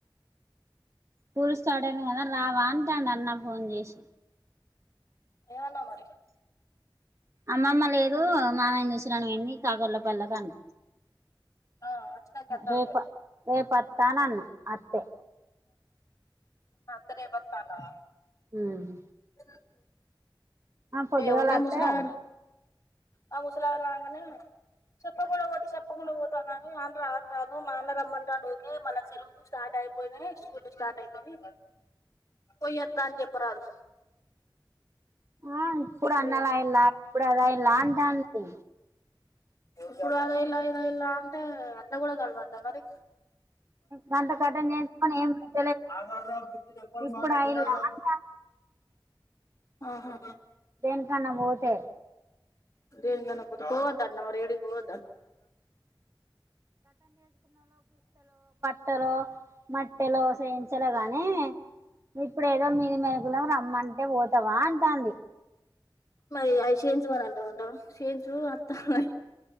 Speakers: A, on the right; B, on the left.
A: కూలు స్టార్ట్ అయినయ్ కదా రావా అంటాండాన్న ఫోన్ చేశి
B: ఎవన్నావ్ మరి
A: అమ్మమ్మ లేదు మావయ్యని చూసిరాను పోయింది కాకర్ల పల్లకన్న
B: ఆ అచ్చినాక వత్తాలే
A: రేప
B: పోయిరా
A: రేపత్తానన్న అత్తే
B: అత్తే రేపొత్తా అన్నవా
A: ఉహ్మ్
B: ఉ <unintelligible>
A: పొద్దుగాల
B: ఏ ఉన్నాది
A: అత్తే
B: ముసలామెనూ ఆ ముసలామే రంగనే చెప్పకుండా పోతే చెప్పకుండా పోతానని అంటా రాదు మా అన్న రమ్మంటండు వదినే, మల్ల సెలవుకు స్టార్ట్ అయిపోయినాయి, స్కూల్ స్టార్ట్ అయిపోయినీ పొయ్యొత్త అని చెప్పరాదు.
A: ఆ ఇప్పుడు
B: పోయొద్దు
A: అన్నలయిలా ఇప్పుడు అదయిలా అంటాంది.
B: ఇప్పుడు అదయిల్లా, ఇదయిల్లా అంటే అట్లా కూడా కలవద్ద మరి
A: దంత కట్ట చేసుకని ఏం <unintelligible>
B: ఆగడ రా <unintelligible> ప చెప్ప
A: ఇప్పుడు
B: మా
A: అయిలా
B: వినా రా
A: అంటాంది
B: ఆహా
A: దేనికన్నా పోతే
B: టని ప బ తన్నవరు ఎడిపోద
A: మట్టలు మట్టెలో చేయించలే గాని ఇప్పుడ ఏదో మీది మరుగులం రమ్మ అంటే పోతావా అంటాంది
B: మరి అవి చేయించు అని అంటా ఉంటాం చేయించు అర్త అ